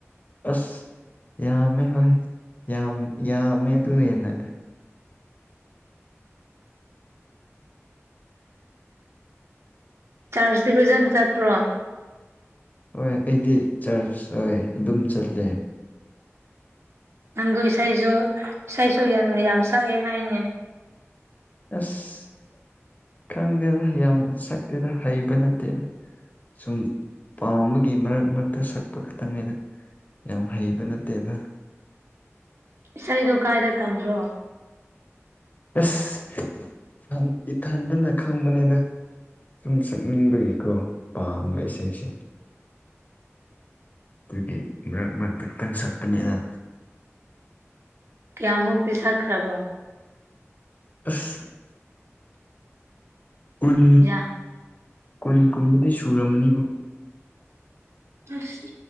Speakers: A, on the left; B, on the right.
A: ꯑꯁ ꯌꯥꯝꯃꯦ ꯍꯣꯏ ꯌꯥꯝ ꯌꯥꯝꯃꯦ ꯑꯗꯨꯔꯦꯅ
B: ꯆꯥꯁꯇ ꯇꯤ ꯐꯖꯅ ꯆꯠꯄꯔꯣ
A: ꯍꯣꯏ ꯑꯩꯗꯤ ꯆꯔꯆ ꯍꯣꯏ ꯑꯗꯨꯝ ꯆꯠꯂꯦ
B: ꯅꯪꯗꯨ ꯏꯁꯩꯁꯨ ꯏꯁꯩꯁꯨ ꯌꯥꯝ ꯌꯥꯝ ꯁꯛꯑꯦ ꯍꯥꯏꯅꯦ
A: ꯑꯁ ꯈꯪꯗꯦꯗ ꯌꯥꯝ ꯁꯛꯇꯦꯗ ꯍꯩꯕ ꯅꯠꯇꯦꯗ ꯁꯨꯝ ꯄꯥꯝꯕꯒꯤ ꯃꯔꯛ ꯃꯔꯛꯇ ꯁꯛꯄ ꯈꯛꯇꯪꯅꯦꯗ ꯌꯥꯝ ꯍꯩꯕ ꯅꯠꯇꯦꯗ
B: ꯏꯁꯩꯗꯣ ꯀꯥꯏꯗ ꯇꯝꯕ꯭ꯔꯣ
A: ꯑꯁ ꯏꯊꯟ ꯏꯊꯟꯗꯅ ꯈꯪꯕꯅꯦꯗ ꯁꯨꯝ ꯁꯛꯅꯤꯡꯕꯒꯤꯀꯣ ꯄꯥꯝꯕ ꯏꯁꯩꯁ‌ꯦ ꯑꯗꯨꯒꯤ ꯃꯔꯛ ꯃꯔꯛꯇ ꯈꯤꯇꯪ ꯁꯠꯄꯅꯦꯗ
B: ꯀꯌꯥꯃꯨꯛꯇꯤ ꯁꯛꯈ꯭ꯔꯕꯣ
A: ꯑꯁ ꯀꯨꯟ
B: ꯌꯥ
A: ꯀꯨꯟ ꯀꯨꯟꯕꯨꯗꯤ ꯁꯨꯨꯔꯝꯃꯅꯤꯕꯨ
B: ꯑꯁ